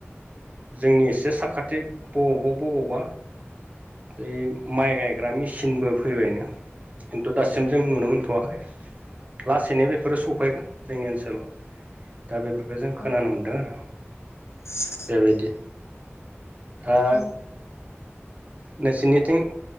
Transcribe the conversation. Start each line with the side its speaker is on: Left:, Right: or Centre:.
Right: जोंनि एसे साखाथि बबावबा बबावबा बे माइ गायग्रा मेचिनबो फैबायनो खिन्थु दासिम जों नुनो मोन थ'वाखै लासैनो बेफोरो सफैगोन जोंनि ओनसोलाव। दा बेफोरखौ जों
Left: औ
Right: खोनानो मोन्दों आरो।
Left: <inaudible>
Right: बेबायदि। <inaudible> दा
Left: औ
Right: नोंसिनिथिं